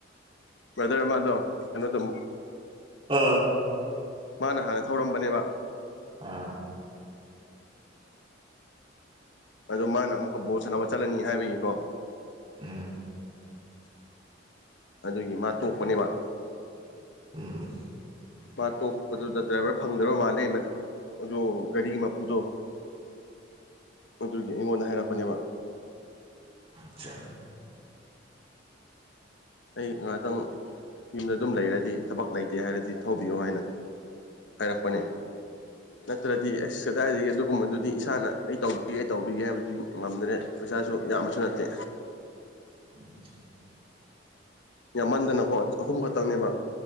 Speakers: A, on the left; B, on the right.
A: ꯕ꯭ꯔꯗ꯭ꯔ ꯑꯃꯥꯗꯣ ꯀꯩꯅꯣꯗꯨꯝ
B: ꯑꯥ
A: ꯃꯥꯅ ꯍꯥꯟꯅ ꯊꯧꯔꯝꯕꯅꯦꯕ
B: ꯑꯥ
A: ꯑꯗꯨ ꯃꯥꯅ ꯑꯃꯨꯛꯀ ꯕꯣꯜ ꯁꯥꯟꯅꯕ ꯆꯠꯂꯅꯤ ꯍꯥꯏꯕꯒꯤꯀꯣ
B: ꯎꯝ
A: ꯑꯗꯨꯒꯤ ꯃꯥ ꯇꯣꯛꯄꯅꯦꯕ
B: ꯎꯝ
A: ꯃꯥ ꯇꯣꯛꯄꯗꯨꯗ ꯗ꯭ꯔꯥꯏꯚ꯭ꯔ ꯐꯪꯗ꯭ꯔꯥꯕ ꯃꯥꯜꯂꯦ ꯃ ꯑꯗꯨ ꯒꯥꯔꯤꯒꯤ ꯃꯄꯨꯗꯣ ꯑꯗꯨꯒꯤ ꯑꯩꯉꯣꯟꯗ ꯍꯥꯏꯔꯛꯄꯅꯦꯕ
B: ꯆꯥ
A: ꯑꯩ ꯉꯍꯥꯛꯇꯪ ꯌꯨꯝꯗ ꯑꯗꯨꯝ ꯂꯩꯔꯗꯤ ꯊꯕꯛ ꯂꯩꯇꯦ ꯍꯥꯏꯔꯗꯤ ꯊꯧꯕꯤꯌꯣ ꯍꯥꯏꯅ ꯍꯥꯏꯔꯛꯄꯅꯦ ꯅꯠꯇ꯭ꯔꯗꯤ ꯑꯩꯁ ꯀꯗꯥꯏꯗꯒꯤ ꯑꯗꯨꯒꯨꯝꯕꯗꯨꯗꯤ ꯏꯁꯥꯅ ꯑꯩ ꯇꯧꯕꯤꯒꯦ ꯇꯧꯕꯤꯒꯦ ꯍꯥꯏꯕꯗꯨꯗꯤ ꯉꯝꯗ꯭ꯔꯦ ꯄꯩꯁꯥꯁꯨ ꯌꯥꯝꯕꯁꯨ ꯅꯠꯇꯦ
B: <inaudible>
A: ꯌꯥꯝꯃꯟꯗꯅꯀꯣ ꯑꯍꯨꯝ ꯈꯛꯇꯪꯅꯦꯕ